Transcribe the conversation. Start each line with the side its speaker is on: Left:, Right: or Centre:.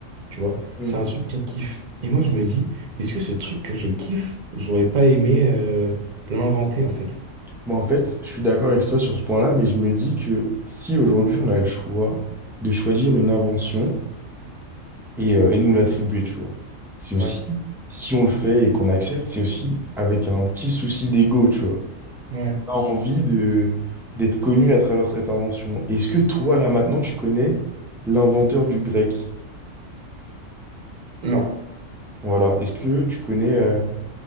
Right: Tu vois,
Centre: Hmm.
Right: c'est un truc qu'on kiffe. Et moi je me dis, est-ce que ce truc que je kiffe, j'aurais pas aimé euh, l'inventer en fait?
Centre: Bah, en fait, je suis d'accord avec toi sur ce point-là, mais je me dis que si aujourd'hui on a le choix de choisir une invention et, euh, et nous l'attribuer, tu vois, c'est aussi,
Right: Ouais,
Centre: si on le fait et qu'on accepte, c'est aussi avec un petit souci d'ego, tu vois.
Right: ouais.
Centre: a envie de d'être connu à travers cette invention. Est-ce que toi, là, maintenant, tu connais l'inventeur du grec?
Right: Non.
Centre: Voilà. Est-ce que tu connais... euh,